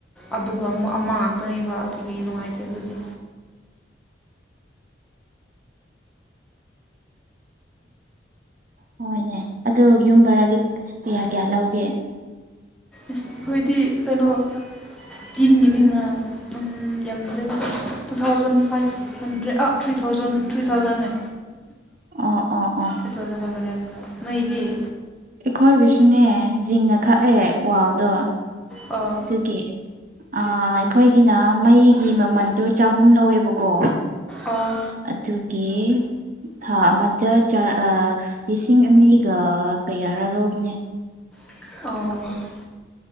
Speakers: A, in the centre; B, on the right (about 45°).
A: ꯑꯗꯨꯒ ꯑꯃꯨ ꯑꯃ ꯉꯥꯛꯇꯅꯦꯕ ꯑꯗꯨꯒꯤ ꯅꯨꯡꯉꯥꯏꯇꯦ ꯑꯗꯨꯗꯤ
B: ꯍꯣꯏꯅꯦ ꯑꯗꯨ ꯌꯨꯝꯕꯔꯗꯤ ꯀꯌꯥ ꯀꯌꯥ ꯂꯧꯒꯦ?
A: ꯑꯁ ꯑꯩꯈꯣꯏꯗꯤ ꯀꯩꯅꯣ ꯇꯤꯟꯒꯤꯅꯤ ꯎꯝ ꯌꯥꯝꯗꯦꯗ ꯇꯨ ꯊꯥꯎꯖꯟ ꯐꯥꯏꯚ ꯍꯟꯗ꯭ꯔꯦꯠ ꯑ ꯊ꯭ꯔꯤ ꯊꯥꯎꯖꯟ ꯊ꯭ꯔꯤ ꯊꯥꯎꯖꯟꯅꯦ
B: ꯑꯣ ꯑꯣ ꯑꯣ
A: <unintelligible> ꯅꯣꯏꯗꯤ
B: ꯑꯩꯈꯣꯏꯒꯤꯁꯨꯅꯦ ꯖꯤꯡꯒ ꯈꯛꯑꯦ ꯋꯥꯜꯗꯣ꯫
A: ꯑꯣꯑꯣ
B: ꯗꯨꯒꯤ ꯑ ꯑꯩꯈꯣꯏꯒꯤꯅ ꯃꯩꯒꯤ ꯃꯃꯜꯗꯣ ꯆꯍꯨꯝ ꯂꯧꯋꯦ ꯕꯀꯣ
A: ꯑꯣ
B: ꯑꯗꯨꯒꯤ ꯊꯥ ꯑꯃꯗ ꯆ ꯑ ꯂꯤꯁꯤꯡ ꯑꯅꯤꯒ ꯀꯌꯥꯔꯥ ꯂꯧꯕꯅꯦ꯫
A: ꯑꯣ